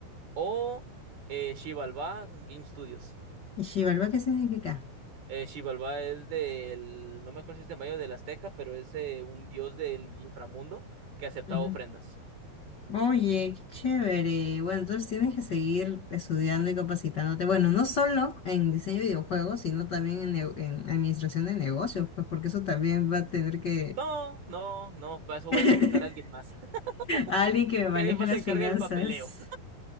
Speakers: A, on the right; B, on the left.
A: o eh, Xibalbá Game Studios.
B: ¿Y Xibalba qué significa?
A: Eh, Xibalbá es del, no me acuerdo si es de Mayo del Azteca, pero es eh, un dios del inframundo que aceptaba
B: Ajá.
A: ofrendas.
B: Oye, qué chévere. Bueno, entonces tienes que seguir estudiando y capacitándote. Bueno, no solo en diseño de videojuegos, sino también en, nego- en administración de negocios, pues porque eso también va a tener que...
A: No, no, no, para eso
B: <laughs>
A: voy a contratar a alguien más. <laughs>
B: Alguien que me maneje
A: Y alguien más
B: las
A: se encarga
B: finanzas,
A: del papeleo.